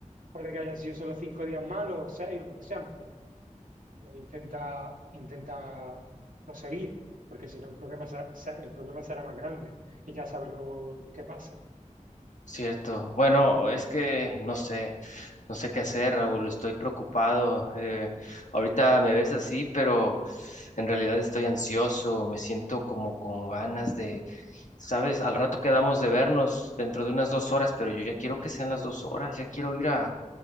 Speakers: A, on the right; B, on the left.
A: Puede que hayan sido solo cinco días malos o seis o lo que sean, pero, intenta, intenta no seguir, porque si no el problema, se- se- el problema será más grande y ya sabes lo, lo que pasa.
B: Cierto. Bueno, es que no sé, no sé qué hacer, Raúl. Estoy preocupado. eh, ahorita me ves así, pero en realidad estoy ansioso. Me siento como con ganas de, sabes, al rato quedamos de vernos dentro de unas dos horas, pero yo ya quiero que sean las dos horas. Ya quiero ir a.